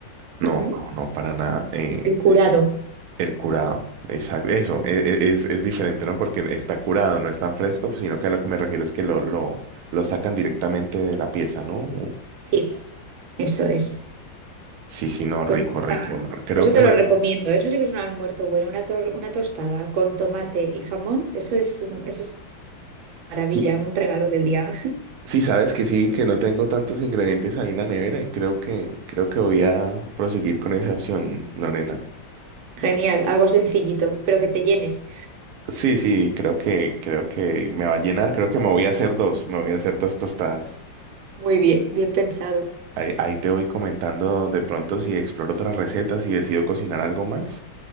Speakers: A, on the right; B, on the right.
A: No,
B: Ujú.
A: no, no, para nada. eh,
B: El curado.
A: El curado, exacto, eso e- e- es, es diferente, ¿no? Porque está curado, no es tan fresco, pues, sino que a lo que me refiero es que lo, lo, lo sacan directamente de la pieza, ¿no?
B: Sí, eso es.
A: Sí, sí, no, rico,
B: Pues
A: rico.
B: ah,
A: no, Creo
B: eso
A: que
B: te
A: me...
B: lo recomiendo. Eso sí que es un almuerzo bueno. Una, tor- una tostada con tomate y jamón. Eso es, eso es maravilla,
A: Sí,
B: un regalo del día.
A: sí, sabes que sí, que no tengo tantos ingredientes ahí en la nevera y creo que, creo que voy a proseguir con esa opción, Lorena.
B: <laughs> Genial, algo sencillito, pero que te llenes.
A: Sí, sí, creo que, creo que me va a llenar, creo que me voy a hacer dos, me voy a hacer dos tostadas.
B: <laughs> Muy bien, bien pensado.
A: Ahí, ahí te voy comentando de pronto si exploro otras recetas y decido cocinar algo más.